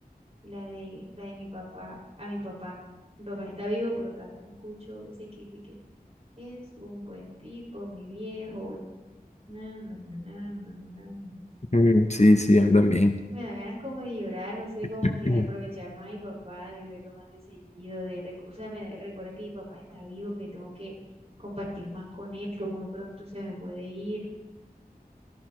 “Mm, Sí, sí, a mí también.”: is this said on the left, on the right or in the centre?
Left